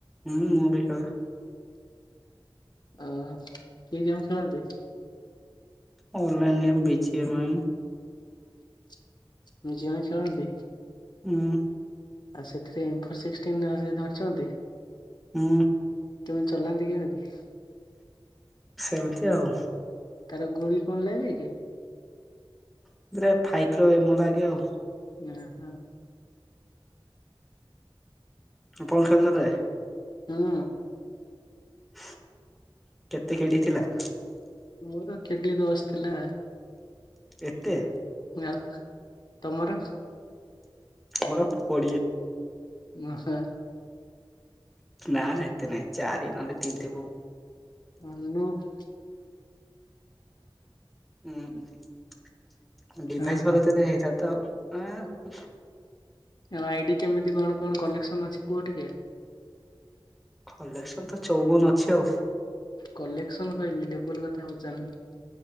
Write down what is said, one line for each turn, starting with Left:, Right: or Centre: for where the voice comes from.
Centre: ହୁଁ ମୁଁ ବି ଖେଳେ।
Left: ଅ କି ଗେମ୍ ଖେଳନ୍ତି?
Centre: ଅନଲାଇନ୍ ଗେମ ବି ଜି ଏମ ଆଇ
Left: <unintelligible> ଆଇ ଖେଳନ୍ତି?
Centre: ଉଁ,
Left: ଆଉ ସେଥିରେ ଇନଫୋ ସିକସଟିନ ଧରିଛନ୍ତି?
Centre: ଉଁ,
Left: କେମିତି ଚଲାନ୍ତି କେମିତି?
Centre: ସେମିତି ଆଉ।
Left: ତାର ଗୁଣି କଣ ଲାଗେ କି?
Centre: <unintelligible> ଫାଇ ର ଏମ ଲାଗେ ଆଉ।
Left: ଉଁହୁଁ।
Centre: <unintelligible> ଖେଳ ଦେବେ।
Left: ଅ ହୁଁ।
Centre: ହୁଁ କେତେ କେଡି ଥିଲା?
Left: ମୋର କେଡି ଦସ ଥିଲା।
Centre: ଏତେ?
Left: ଆଉ ତମର?
Centre: ମୋର କୋଡିଏ।
Left: ଓହୋ।
Centre: ନା ନା ଏତେ ନାଇଁ ଚାରି ନହେଲେ ତିନି ଥିବ।
Left: ଆ <unintelligible>
Centre: ହୁଁ ଡିଭାଇସ
Left: ଓହୋ
Centre: ଭଲ <unintelligible>
Left: ଆଉ ଆଇଡି କେମିତି କଣ କଣ କଲେକ୍ସନ ଅଛି କୁହ ଟିକେ?
Centre: କଲେକ୍ସନ ତ ଚଉବନ ଅଛି ଆଉ।
Left: କଲେକ୍ସନ କହିଲି ଲେବୁଲ କଥା ପଚାରିଲି?